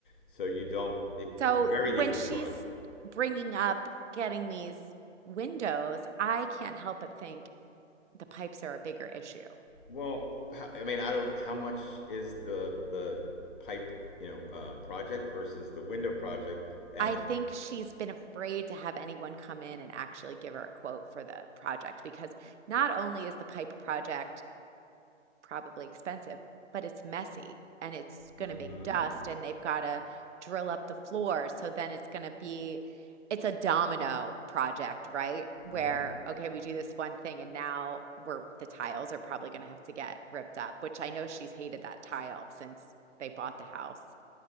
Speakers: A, on the left; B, on the right.
A: so you don't. It,
B: So
A: it's very
B: when
A: easily
B: she's
A: clogged.
B: bringing up getting these windows, I can't help but think the pipes are a bigger issue.
A: Well, how, I mean, I don't. How much is the the pipe, you know, uh, project versus the window project? And
B: I think she's been afraid to have anyone come in and actually give her a quote for the project because not only is the pipe project probably expensive, but it's messy and it's going
A: mm-hmm,
B: to make dust and they've got to drill up the floor. So then it's going to be, it's a domino project, right? Where,
A: mm-hmm.
B: okay, we do this one thing and now we're, the tiles are probably going to have to get ripped up, which I know she's hated that tile since they bought the house.